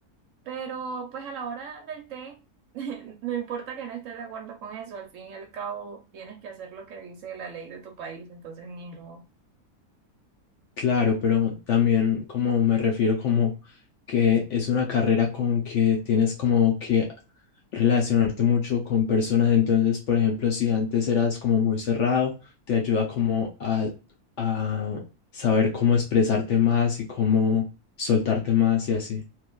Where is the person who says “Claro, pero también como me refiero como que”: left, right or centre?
Left